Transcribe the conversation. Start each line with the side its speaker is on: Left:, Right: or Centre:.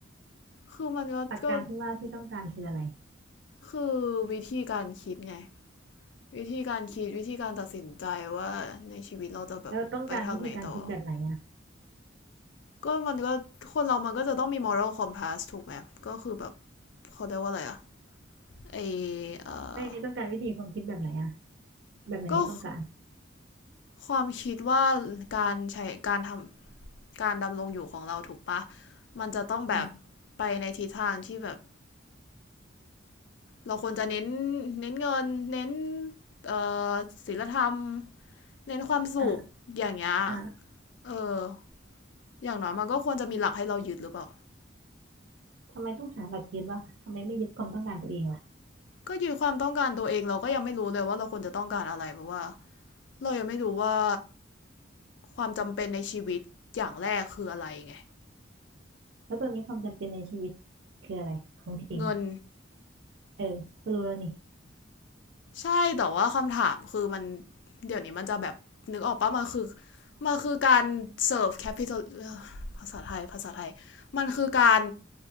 Left: คือมันก็ก็
Right: หลักการที่ว่าที่ต้องการคืออะไร
Left: คือวิธีการคิดไงวิธีการคิดวิธีการตัดสินใจว่าในชีวิตเราจะแบบไปทางไหนต่อ
Right: แล้วต้องการวิธีการคิดแบบไหนอ่ะ
Left: ก็มันก็คนเรามันก็จะต้องมี moral compass ถูกไหมก็คือแบบเขาเรียกว่าอะไรอะไอเออ
Right: ไม่ต้องการวิธีความคิดแบบไหนอ่ะแบบไหนที่ต้องการ
Left: ก็ ความคิดว่าการใช้การทำการดำรงอยู่ของเราถูกปะ มันจะต้องแบบ
Right: อืม
Left: ไปในทิศทางที่แบบเราควรจะเน้นเน้นเงินเน้นเอ่อศีลธรรมเน้นความสุขอย่างเงี้ย
Right: อ่าอ่า
Left: เออ อย่างน้อยมันก็ควรจะมีหลักให้เรายึดหรือเปล่า
Right: ทำไมต้องหาหลักยึดวะทำไมไม่ยึดความต้องการตัวเองล่ะ
Left: ก็ยึดความต้องการตัวเองเราก็ยังไม่รู้เลยว่าเราควรจะต้องการอะไรเพราะว่าเรายังไม่รู้ว่าความจำเป็นในชีวิตอย่างแรกคืออะไรไง
Right: แล้วตอนนี้ความจำเป็นในชีวิตคืออะไรของถิงอ่ะ
Left: เงิน
Right: เออก็รู้แล้วนี่
Left: ใช่แต่ว่าคำถามคือมันเดี๋ยวนี้มันจะแบบนึกออกปะมันคือมันคือการเสิร์ฟแคปิตอลภาษาไทยภาษาไทยมันคือการ